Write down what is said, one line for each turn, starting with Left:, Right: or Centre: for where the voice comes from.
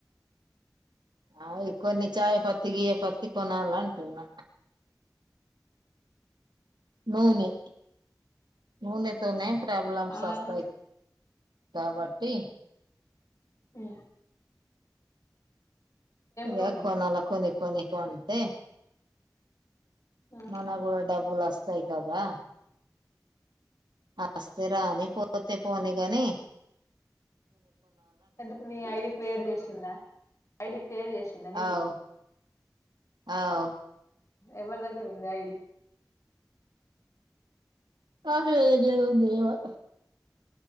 Right: అవి కొన్ని చాయ పత్తి గియ పత్తి కొనాల అంటున్నా నూనె నూనెతేనే ప్రాబ్లమ్స్
Left: ఆ
Right: వస్తాయి
Left: నువ్వు
Right: కాబట్టి
Left: ఉ
Right: ఇ
Left: నూనె
Right: కొనలా కొనిక్ కొని కొంటె
Left: ఆ,
Right: మన కూడా డబ్బులు వస్తాయి కదా వస్తే రాని పోతే పోని గానిన
Left: ఎందుకు మీ ఐడి క్రియేర్ చేసిందా ఐడి క్రియేర్ చేసిందాని నీది
Right: అవు అవు
Left: ఎవరి దగ్గర ఉంది ఐడి
Right: <unintelligible>